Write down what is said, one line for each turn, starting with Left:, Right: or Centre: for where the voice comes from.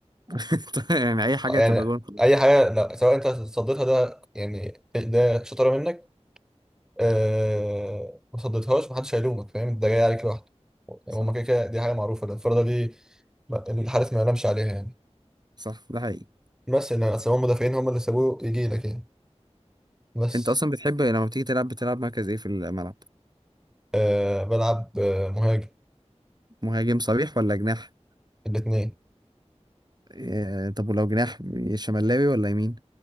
Right: <laughs> طيب، يعني اي حاجه
Centre: آه، يعني
Right: تبقى جون
Centre: اي حاجه لا سواء انت صديتها ده يعني ده شطاره منك أه... ما صديتهاش محدش هيلومك فاهم ده جاي عليك لوحده يعني
Right: صح
Centre: هما كده كده دي حاجه معروفه ده الفرده دي ما- الحارس ما ينامش عليها يعني
Right: صح ده حقيقي
Centre: بس ان اصل هما المدافعين هما اللي سابوه يجي لك يعني بس
Right: انت اصلا بتحب لما بتيجي تلعب بتلعب مركز ايه في الملعب
Centre: أه... بلعب آه، مهاجم
Right: مهاجم صريح ولا جناح
Centre: الاثنين
Right: إيه طب ولو جناح شمالاوي ولا يمين